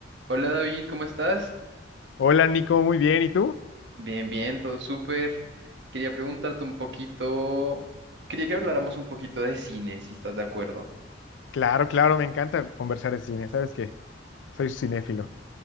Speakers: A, on the right; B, on the left.
A: Hola David, ¿cómo estás?
B: Hola Nico, muy bien. ¿Y tú?
A: Bien, bien, todo súper. Quería preguntarte un poquito, quería que habláramos un poquito de cine, si estás de acuerdo.
B: Claro, claro, me encanta conversar de cine. Sabes que soy cinéfilo.